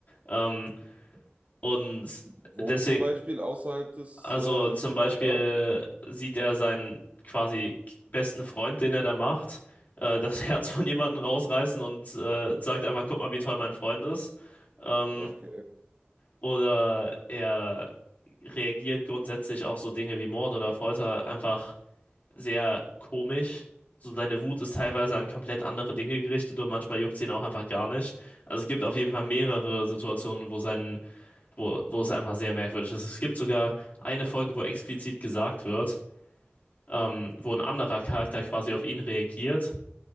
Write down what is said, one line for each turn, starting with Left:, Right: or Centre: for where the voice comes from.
Left: Ähm, und
Right: Wo
Left: deswegen.
Right: zum Beispiel außerhalb des
Left: Also
Right: äh,
Left: zum
Right: Chimera
Left: Beispiel
Right: and
Left: sieht er seinen quasi besten Freund, den er da macht, äh, das <laughs> Herz von jemandem rausreißen und äh, sagt einfach, guck mal, wie toll mein Freund ist. Ähm,
Right: Okay.
Left: oder er reagiert grundsätzlich auf so Dinge wie Mord oder Folter einfach sehr komisch. So seine Wut ist teilweise an komplett andere Dinge gerichtet und manchmal juckt sie ihn auch einfach gar nicht. Also es gibt auf jeden Fall mehrere Situationen, wo sein wo, wo es einfach sehr merkwürdig ist. Es gibt sogar eine Folge, wo explizit gesagt wird, ähm, wo ein anderer Charakter quasi auf ihn reagiert